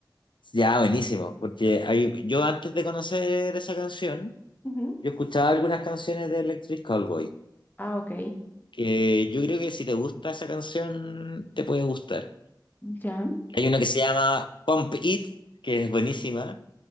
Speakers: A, on the left; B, on the left.
A: Ya, buenísimo. Porque hay- yo antes de conocer esa canción,
B: Ujú.
A: yo escuchaba algunas canciones de Electric Cowboy.
B: Ah, ok.
A: Que yo creo que si te gusta esa canción, te puede gustar.
B: Ya.
A: Hay una que se llama Pump It, que es buenísima.